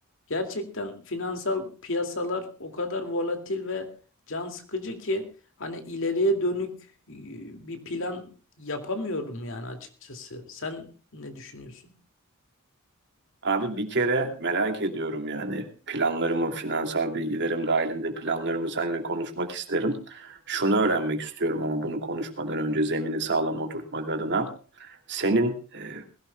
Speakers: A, on the left; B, on the right.
A: gerçekten finansal piyasalar o kadar volatil ve can sıkıcı ki hani ileriye dönük e, bir plan yapamıyorum yani açıkçası. Sen ne düşünüyorsun?
B: Abi bir kere merak ediyorum yani planlarımı, finansal bilgilerim dahilinde planlarımı seninle konuşmak isterim. Şunu öğrenmek istiyorum ama bunu konuşmadan önce zemini sağlam oturtmak adına. Senin e,